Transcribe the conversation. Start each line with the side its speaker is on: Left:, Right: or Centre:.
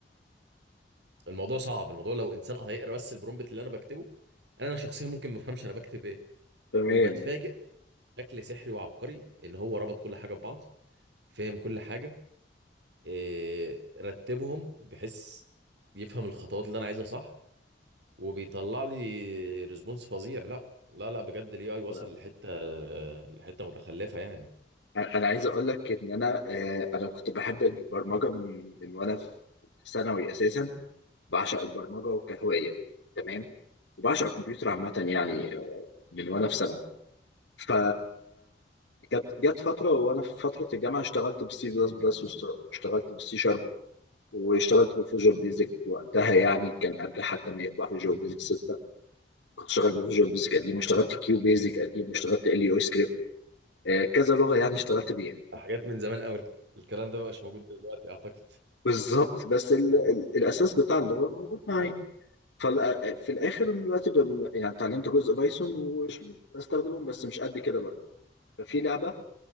Right: الموضوع صعب الموضوع لو انسان هيقرا بس البرومبت اللي انا بكتبه انا شخصيا ممكن ما افهمش انا بكتب ايه
Left: تمام
Right: وبتفاجئ بشكل سحري وعبقري ان هو ربط كل حاجه ببعض فهم كل حاجه إيه رتبهم بحيث يفهم الخطوات اللي انا عايزها صح وبيطلع لي ريسبونس فظيع لا لا لا بجد الاي اي وصل
Left: ده
Right: لحته لحته متخلفه يعني
Left: أنا عايز أقول لك إن أنا آه، أنا كنت بحب البرمجة من من وأنا في ثانوي أساسا بعشق البرمجه كهوايه تمام وبعشق الكمبيوتر عامه
Right: تمام.
Left: يعني آه، من وانا في ثانوي ف جت جت فتره وانا في فتره الجامعه اشتغلت بالسي بلس بلس واشتغلت بالسي شارب واشتغلت بالفيجوال بيزك وقتها يعني كان قبل حد ما يطلع فيجوال بيزك 6 كنت شغال بفيجوال بيزك قديم واشتغلت كيو بيزك قديم واشتغلت ال يو سكريبت آه، كذا لغه يعني اشتغلت بيها
Right: حاجات من زمان قوي الكلام ده ما بقاش موجود دلوقتي اعتقد
Left: بالظبط بس ال ال الاساس بتاع اللغه موجود معايا ففي الاخر أنا دلوقتي ب- يعني اتعلمت جزء بايثون وبستخدمهم بس مش قد كده بقى ففي لعبه